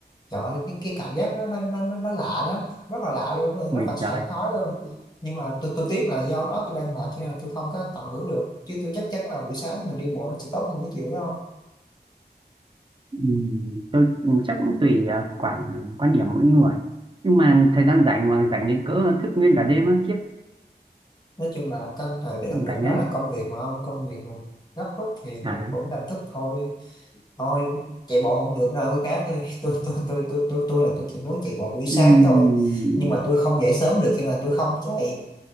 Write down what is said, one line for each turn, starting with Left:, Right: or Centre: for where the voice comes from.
Left: trời ơi, cái, cái cảm giác nó nó, nó nó nó lạ lắm rất là lạ luôn
Right: ui
Left: rất là sảng
Right: trời
Left: khoái luôn nhưng mà tôi tôi tiếc là do đó tôi đang mệt cho nên là tôi không có tận hưởng được chứ tôi chắc chắn là buổi sáng mình đi bộ nó sẽ tốt hơn cái chiều đó không
Right: Ừ, tôi chắc cũng tùy à, quản quan điểm mỗi người nhưng mà thời gian rảnh mà rảnh đến cỡ thức nguyên cả đêm á khiếp
Left: nói chung là trong thời đợt
Right: rảnh
Left: đợt đó
Right: ấy
Left: là công việc mà ông công việc mà gấp rút thì mình
Right: à
Left: cũng đành thức thôi thôi chạy bộ không được đâu cái khác ơi <laughs> tôi tôi tôi tôi tôi tôi là tôi chỉ muốn chạy bộ buổi sáng
Right: ừm,
Left: thôi nhưng mà tôi không dậy sớm được cho nên là tôi không chạy